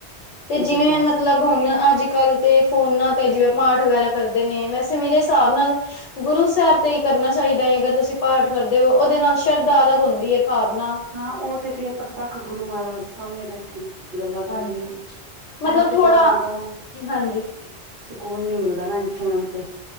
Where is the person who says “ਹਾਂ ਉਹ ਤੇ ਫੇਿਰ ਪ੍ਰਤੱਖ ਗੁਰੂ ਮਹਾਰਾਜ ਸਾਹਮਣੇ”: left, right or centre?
Right